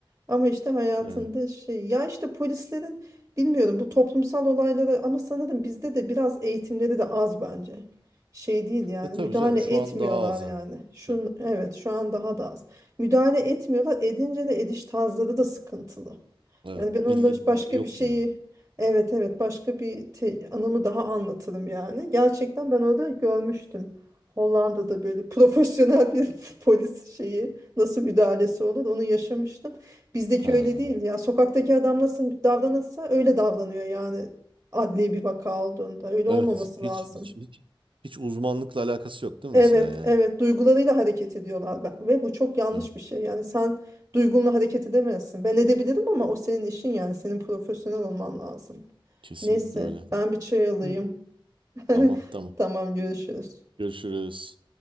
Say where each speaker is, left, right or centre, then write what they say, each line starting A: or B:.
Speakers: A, on the right; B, on the right.
A: Ama işte hayatında
B: yani.
A: şey ya işte polislerin bilmiyorum bu toplumsal olaylara ama sanırım bizde de biraz eğitimleri de az bence. Şey değil yani
B: E tabii
A: müdahale
B: canım
A: etmiyorlar
B: şu an daha azaldı.
A: yani. Şun
B: Tabii.
A: evet şu an daha da az. Müdahale etmiyorlar. Edince de ediş tarzları da sıkıntılı.
B: Evet
A: Yani ben onda
B: bilgi, bilgi
A: başka
B: yok
A: bir şeyi
B: yani.
A: evet evet başka bir te- anımı daha anlatırım yani. Gerçekten ben orada görmüştüm. Hollanda'da böyle profesyonel bir <laughs> polis şeyi nasıl müdahalesi olur onu yaşamıştım. Bizdeki
B: Ha.
A: öyle değil ya. Sokaktaki adam nasıl davranırsa öyle davranıyor yani adli bir vaka olduğunda. Öyle
B: Evet
A: olmaması
B: hiç
A: lazım.
B: hiç hiç hiç uzmanlıkla alakası yok değil
A: Evet,
B: mi mesela yani?
A: evet duygularıyla hareket ediyorlar Ben- ve bu çok yanlış
B: Ha,
A: bir şey. Yani sen duygunla hareket edemezsin. Ben edebilirim ama o senin işin yani senin profesyonel olman lazım.
B: Kesinlikle
A: Neyse
B: öyle.
A: ben bir çay alayım.
B: Evet.
A: <laughs>
B: Tamam tamam.
A: Tamam görüşürüz.
B: Görüşürüz.